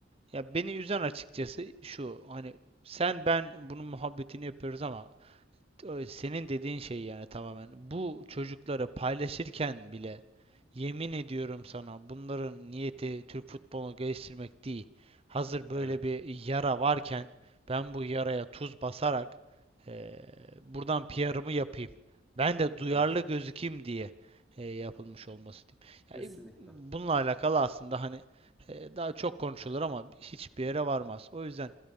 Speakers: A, on the right; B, in the centre.
A: ya beni üzen açıkçası şu hani sen ben bunun muhabbetini yapıyoruz ama Ö- Senin dediğin şey yani tamamen. Bu çocuklara paylaşırken bile yemin ediyorum sana bunların niyeti Türk futbolunu geliştirmek değil. Hazır böyle
B: Evet.
A: bir yara varken ben bu yaraya tuz basarak eee, buradan PR'ımı yapayım. Ben de duyarlı
B: Evet.
A: gözükeyim diye eee, yapılmış olması diyeyim.
B: Kesinlikle.
A: Yani bununla alakalı aslında hani eee, daha çok konuşulur ama hiçbir yere varmaz. O yüzden